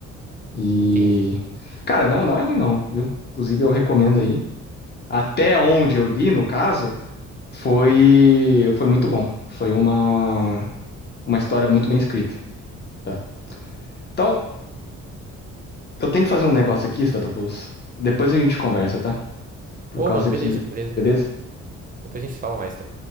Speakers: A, on the left (about 35°); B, on the right (about 30°).
A: E
B: Entendi.
A: cara, não não é ruim não, viu? Inclusive eu recomendo aí. Até onde eu li, no caso, foi foi muito bom. Foi uma uma história muito bem escrita, tá? Então, eu tenho que fazer um negócio aqui, Statopoulos. Depois a gente conversa, tá? Por
B: Ô,
A: causa
B: mano, beleza,
A: que,
B: beleza.
A: beleza?
B: Depois a gente fala mais, então.